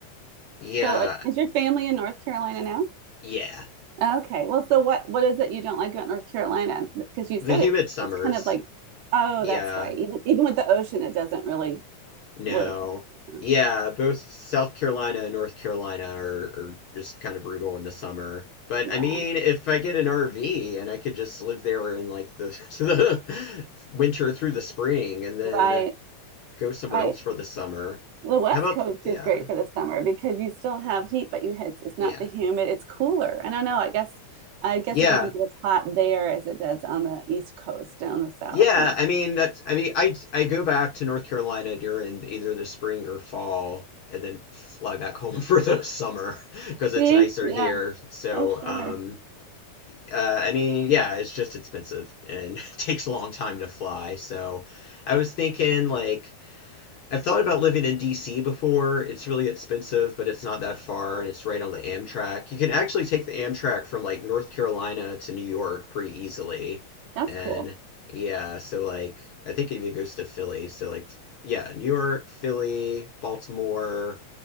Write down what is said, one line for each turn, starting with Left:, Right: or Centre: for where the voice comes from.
Left: yeah,
Right: So, uh, is your family in North Carolina now?
Left: yeah.
Right: Okay. Well, so what what is it you don't like about North Carolina? Because you said
Left: The humid
Right: it,
Left: summers.
Right: it's kind of like, oh,
Left: Yeah.
Right: that's right. Even even with the ocean, it doesn't really
Left: No.
Right: work. Yeah.
Left: Yeah, both South Carolina and North Carolina are, are just kind of brutal in the summer. But
Right: Yeah.
Left: I mean, if I get an RV and I could just live there in like the, <laughs> the winter through the spring and then
Right: Right.
Left: go somewhere
Right: Right.
Left: else for the summer.
Right: The West
Left: How about,
Right: Coast
Left: yeah,
Right: is great for the summer because you still have heat, but you it's, it's
Left: yeah,
Right: not the humid. It's cooler. I don't know. I guess I guess
Left: yeah,
Right: it doesn't get as hot there as it does on the East Coast down the South
Left: yeah.
Right: and.
Left: I mean, that's,
Right: yeah.
Left: I mean, I, I go back to North Carolina during either the spring or fall and then fly back home <laughs> for the summer because it's
Right: See?
Left: nicer
Right: Yeah.
Left: here. So,
Right: Oh, sure.
Left: um, Uh, I mean, yeah, it's just expensive and <laughs> takes a long time to fly. So I was thinking, like, I've thought about living in DC before. It's really expensive, but it's not that far and it's right on the Amtrak. You can actually take the Amtrak from like North Carolina to New York pretty easily.
Right: That's
Left: And
Right: cool.
Left: yeah, so like, I think it even goes to Philly. So, like, yeah, New York, Philly, Baltimore,